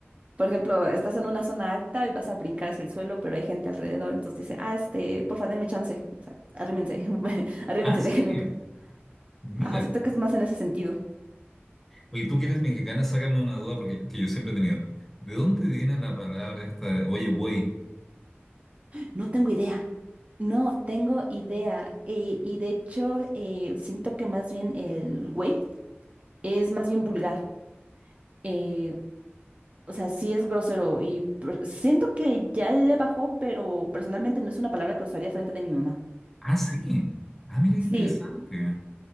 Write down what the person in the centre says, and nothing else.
Ah, sí.
Mira.
Oye, tú que eres mexicana, sácame una duda porque que yo siempre he tenido. ¿De dónde viene la palabra esta, de, oye, güey?
Ah, sí. Ah, mira qué
interesante.